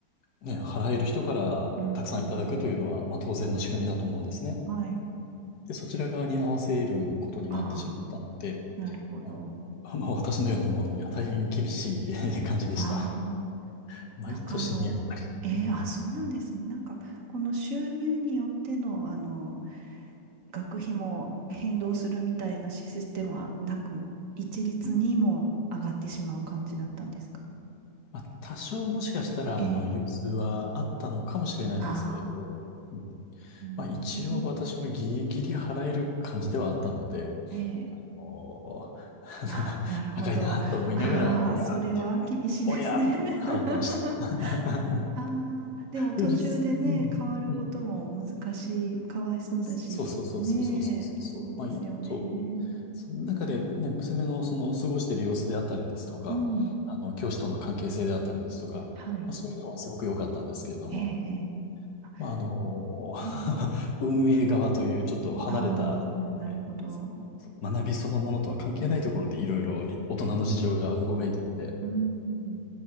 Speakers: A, on the left (about 70°); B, on the right (about 55°).
A: ね、払える人からたくさんいただくというのは、
B: うん。
A: まあ、当然の仕組みだと思うんですね。
B: はい。
A: で、そちら側に合わせることになってしまったので、
B: ああ、なるほど。
A: まあ、まあ、私のようなものには大変厳しい <laughs> 感じでした。
B: ああ、
A: 毎年値上がり。
B: なんかあの、ええ、
A: うん。
B: あ、そうなんですね。なんか、この収入によっての、あの、学費も変動するみたいなシステムはなく、一律にも上がってしまう感じだったんですか
A: まあ、多少もしかしたら、
B: ええ。
A: あの、融通はあったのかもしれないんですけれど、
B: ああ。
A: うん
B: うーん。
A: まあ、一応私もギリギリ払える感じではあったので、
B: ええ。
A: おー <laughs>
B: ああ、なるほど。
A: 高いなと思いながら、
B: ああ、
A: おりゃ、
B: それは厳しいですね。
A: おりゃって払ってました。
B: <laughs>
A: <laughs>
B: ああ、でも途中でね、
A: そうですうん。
B: 変わることも難しい、
A: うん。
B: かわいそうだし、
A: そうそうそうそうそうそうそうそう。
B: ねえ、そうですよね。
A: まあ、いそう。その中でね、娘のその過ごしている様子であったりですとか、
B: うん。
A: あの、教師との関係性であったりですとか、
B: はい。
A: まあ、そういうのはすごく良かったんですけれども、
B: ええ、ええ。あ、
A: まあ、あの、
B: うん。
A: <laughs> 運営側というちょっと離れた、
B: ああ、なるほど。
A: え学びそのものとは関係ないところでいろいろ大人の事情がうごめいていて、
B: うーん